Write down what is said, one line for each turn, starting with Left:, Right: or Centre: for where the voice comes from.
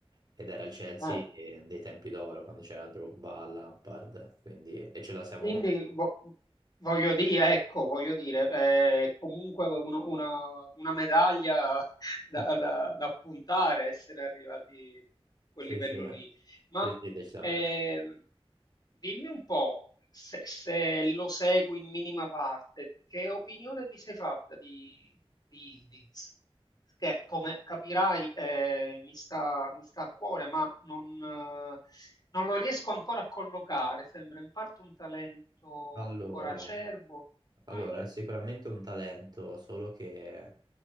Right: ed era il Chelsea
Left: eh.
Right: eh, dei tempi d'oro, quando c'era Drogba, Lampard, quindi... e ce la siamo
Left: Quindi
Right: combattuta.
Left: vo- voglio dire, ecco, voglio dire, è comunque uno- una, una medaglia <laughs> da,
Right: <laughs>
Left: da- da puntare, essere arrivati a quel
Right: Sì,
Left: livello
Right: sì,
Left: lì. Ma
Right: sì, sì, decisamente.
Left: ehm, dimmi un po', se, se lo segui in minima parte, che opinione ti sei fatta di, di Yildiz? Che, come capirai, eh, mi sta, mi sta a cuore, ma non... eh, non lo riesco ancora a collocare, sembra in parte un talento
Right: Allora,
Left: ancora acerbo.
Right: allora,
Left: Mm,
Right: è sicuramente un talento, solo che